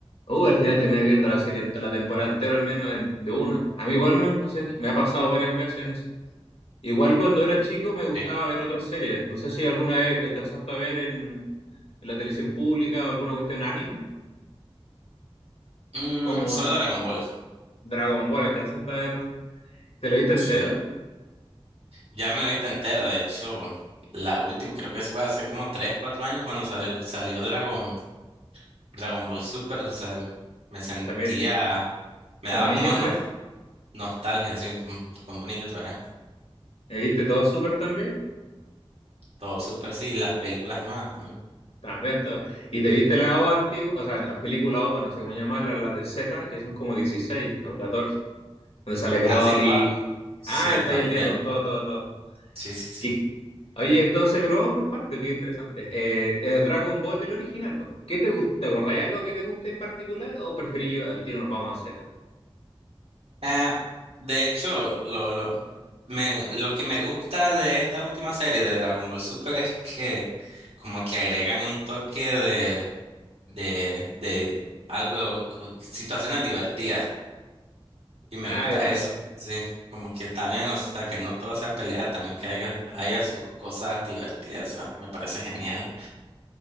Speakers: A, on the left; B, on the right.
A: Uy, al final terminé viendo la serie, la temporada entera al menos en- de una. A mí igual, no no sé, me ha pasado varias veces en eso. Igual cuando era chico me gustaba
B: Eh,
A: ver otras series. No sé si alguna vez alcanzaste a ver en, en la televisión pública o alguna cuestión anime,
B: mm,
A: como
B: solo Dragon Ball.
A: Dragon Ball, alcanzaste a ver. ¿Te lo viste entero?
B: Sí. Ya me lo he visto entero, de hecho, la última, creo que eso fue hace como 3 4 años cuando sal- salió Dragon, Dragon Ball Super, o sea, me sentía,
A: También,
B: me
A: como
B: daba
A: niño
B: como no
A: otra vez.
B: Nostalgia, sí, mm, como niño otra vez.
A: ¿Me viste todo súper también?
B: Todo súper, sí, las películas nuevas también.
A: Está lento. ¿Y te viste la OVA antigua? O sea, en las películas OVA, no sé cómo llamarlas, las de Z, que son como 16 o 14 donde sale Broly.
B: Ah, sí, todas. Sí,
A: Ah, estoy
B: todas.
A: el día
B: De,
A: con todo, todo, todo.
B: sí, sí, sí.
A: Y, oye, entonces, pero vamos por parte, qué interesante. Eh, eh, Dragon Ball del original, pues. ¿Qué te gusta? ¿Te acordáis algo que te guste en particular o preferís yo al tiro nos vamos a Z?
B: Eh, de hecho, lo, lo, me, lo que me gusta de esta última serie de Dragon Ball Super es que como que agregan un toque de, de, de algo, como situaciones divertidas. Y me
A: Ah,
B: gusta
A: de bueno.
B: eso, sí. Como que también, o sea, que no todo sea pelea, también que haya, haya sus cosas divertidas, o sea, me parece genial.